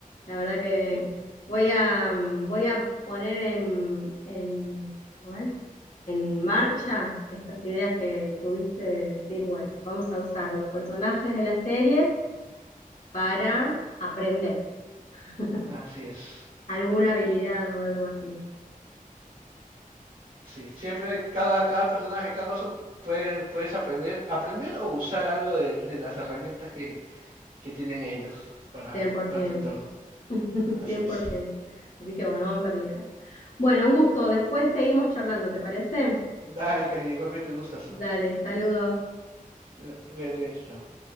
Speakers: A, on the left (about 60°); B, on the right (about 85°).
A: La verdad que
B: Y-
A: voy a, mm, voy a poner en, en- ¿cómo es? En marcha
B: mm,
A: estas ideas que tuviste de decir, bueno, vamos a usar los personajes de las series para aprender <laughs>
B: Así es.
A: alguna habilidad o algo así.
B: Sí, siempre cada, cada personaje, cada cosa, puedes, puedes aprender, aprender o usar algo de, de las herramientas que, que tienen ellos para,
A: Cien cien por
B: para
A: ciento,
B: tu entorno.
A: <laughs>
B: Así
A: cien
B: es.
A: por ciento. Así que bueno, vamos a aplicar. Bueno, un gusto. Después seguimos charlando, ¿te parece?
B: Dale, cariño, igualmente un gustazo.
A: Dale, saludos.
B: Cuida- Cuídate, chao, chao.